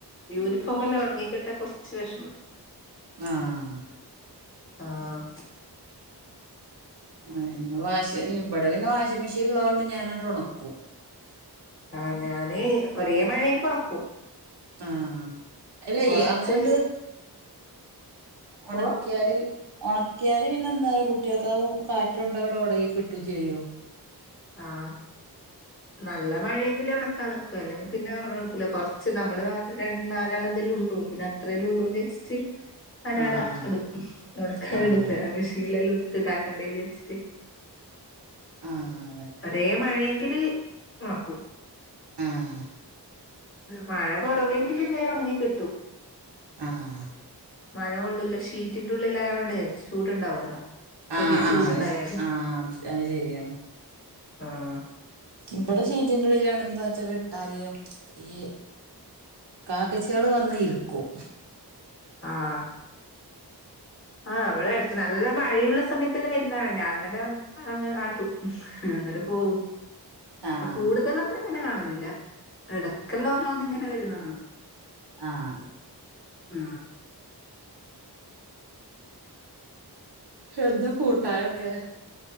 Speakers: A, on the left; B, on the right.
A: യൂണിഫോം എല്ലാം ഒണങ്ങിക്കിട്ടാ കൊർച്ച് വിഷമം
B: ആഹ്
A: ആഹ്
B: ആഹ് ഇന്ന് വാഷി ഇവിടെ ഇന്നെ വാഷിംഗ് മെഷീൻ ഉള്ളത് കൊണ്ട് ഞാനാണ്ട് ഒണക്കും
A: ആ ഞാന് ഒരേ മഴേയും കൊണക്കും
B: ആഹ് അല്ല
A: കൊറച്ച്
B: അങ്ങനെണ്ട് ഒണക്ക്യാല്
A: ഓ
B: ഒണക്ക്യാല് പിന്നെന്താറിയോ കുട്ട്യാക്കത് കാറ്റ് കൊണ്ടത് ഒണങ്ങി കിട്ടും ചെയ്യും
A: ആഹ് നല്ല മഴെങ്കില് ഒണക്കാൻ നിക്കു അല്ലെങ്കിൽ പിന്നെ കൊർച്ച് നമ്മള് രണ്ട് നാലാളതല്ലേ ഉള്ളൂ പിന്നെ ത്രല്ലേ ഉള്ളൂന്ന് ച്ച്ട്ട് ഞാനാടെ
B: ആഹ് ആഹ്
A: ഇടും ഒണക്കാൻ
B: ആഹ്
A: ഇടൂല മെഷീല്ലെല്ലോ ഇട്ട് ഇതാക്കണ്ടെ വെച്ച്ട്ട്
B: ആ അതെന്നെ
A: ഒരേ മഴെങ്കില് ഒണക്കും
B: ആഹ്
A: മഴ കൊറവെങ്കില് വേം ഒണങ്ങി കിട്ടും
B: ആഹ്
A: മഴ കൊള്ളൂല്ല ഷീറ്റിന്റുള്ളിലായോണ്ട് ചൂടുണ്ടാവല്ലോ ചെറിയ
B: ആഹ്
A: ചൂട്ണ്ടായാലും
B: ആഹ് അത് ആഹ് അത് ശ- അത് ശരിയാണ്
A: ആഹ്
B: ഇവടെ ഷീറ്റിന്റെ ഉള്ളിലാണ് എന്താ ച്ചട്ടാല് ഈ കാക്കച്യാള് വന്ന് ഇരിക്കും
A: ആഹ് ആ വടെ എടക്ക് നല്ല മഴയുള്ള സമയത്തെല്ലം വെര്ന്നതാണ് ഞാന്നേരം അങ്ങ് ആട്ടും അന്നേരം പോവും
B: ആഹ്
A: കൂടുതലൊന്ന അങ്ങനെ കാണുന്നില്ല എടക്കല്ലോരോന്ന് ങ്ങനെ വെര്ന്നാണ
B: ആഹ്
A: ആ
B: എന്താ കൂട്ടാനൊക്കെ